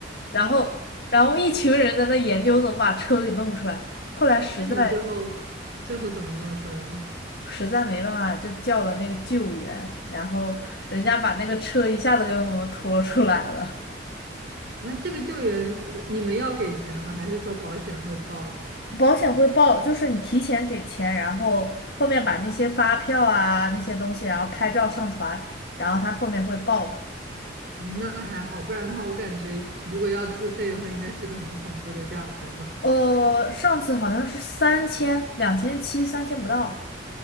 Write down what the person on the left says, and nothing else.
然后然后一群人在那研究怎么把车给弄出来，后来实在
实在没办法，就叫了那个救援，然后人家把那个车一下子给我们拖出来了。
保险会报，就是你提前给钱，然后后面把那些发票啊那些东西，然后拍照上传，然后他后面会报的。
呃，上次好像是三千、两千七、三千不到